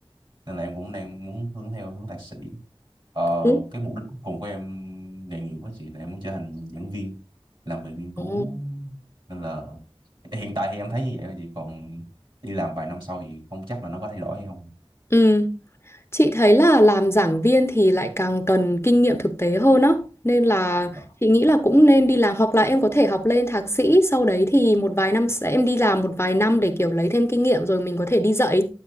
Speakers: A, on the right; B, on the left.
A: nên là em cũng đang muốn hướng theo hướng thạc sĩ ờ,
B: ừ
A: cái mục đích cuối cùng của em nghề nghiệp với chị là em muốn trở thành giảng viên làm về nghiên cứu
B: Ồ.
A: nên là hiện tại thì em thấy như vậy thôi chị còn đi làm vài năm sau thì không chắc là nó có thay đổi hay không
B: ừ Chị thấy là làm giảng viên thì lại càng cần kinh nghiệm thực tế hơn á. Nên là
A: Đó.
B: chị nghĩ là cũng nên đi làm hoặc là em có thể học lên thạc sĩ, sau đấy thì một vài năm sẽ- em đi làm một vài năm để kiểu lấy thêm kinh nghiệm rồi mình có thể đi dạy.